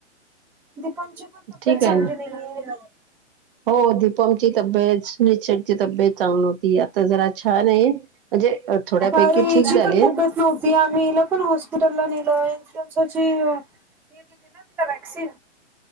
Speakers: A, in the centre; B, on the right (about 50°).
A: दीपांची पण, तब्येत
B: ठीक
A: चांगली
B: आहे ना
A: नाही आहेे.
B: हो. दीपमची तब्येत, सुनीलशेटची तब्येत चांगली नव्हती. आता जरा, छान आहे. म्हणजे, थोड्यापैकी
A: अरे हिची
B: ठीक झाले.
A: पण तब्येत नव्हती. आम्ही हीला पण, हॉस्पिटलला नेलं इन्शुरन्सची कीती दिल तिला? व्हॅक्सिन.